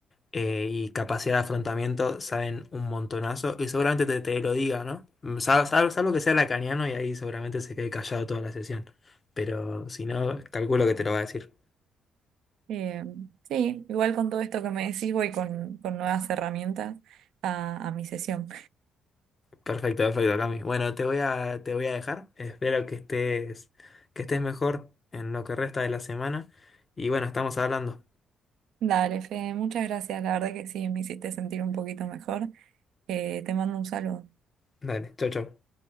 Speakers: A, on the left (about 30°); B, on the right (about 80°).
A: eh, y capacidad de afrontamiento, saben un montonazo y seguramente te, te lo diga, ¿no? Mm, sal- sal- Salvo, que sea lacaniano y ahí seguramente se quede callado toda la sesión, pero si no, calculo que te lo va a decir.
B: Eh, sí, igual con todo esto que me decís voy con, con nuevas herramientas a, a mi sesión.
A: Perfecto, perfecto, Cami. Bueno, te voy a, te voy a dejar. Espero que estés, que estés mejor en lo que resta de la semana. Y bueno, estamos hablando.
B: <laughs> Dale, Fede, muchas gracias, la verdad que sí, me hiciste sentir un poquito mejor. Eh, te mando un saludo.
A: Dale, chau, chau.